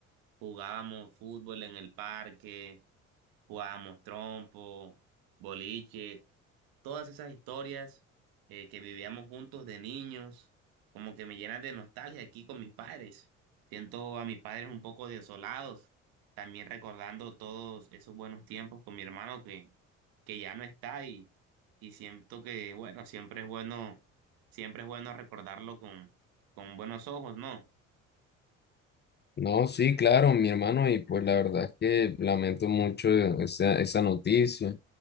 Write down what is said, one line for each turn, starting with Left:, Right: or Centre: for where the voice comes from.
Right: jugábamos fútbol en el parque, Jugábamos trompo, boliche, todas esas historias eh, que vivíamos juntos de niños, como que me llenan de nostalgia aquí con mis padres. Siento a mis padres un poco desolados, también recordando todos esos buenos tiempos con mi hermano que, que ya no está y, y siento que, bueno, siempre es bueno, siempre es bueno recordarlo con, con buenos ojos, ¿no?
Left: No, sí, claro, mi hermano, y pues la verdad es que lamento mucho esa, esa noticia.